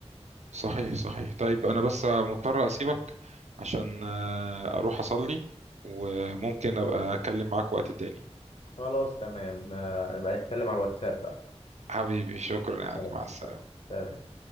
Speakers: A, on the right; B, on the left.
A: صحيح صحيح طيب انا بس مضطر اسيبك عشان آه، اروح اصلي وممكن ابقى اتكلم معاك وقت تاني
B: خلاص تمام آه، نبقى نتكلم على الواتساب بقى
A: حبيبي شكرا يا علي
B: خلاص
A: مع السلامة
B: اتفقنا. تمام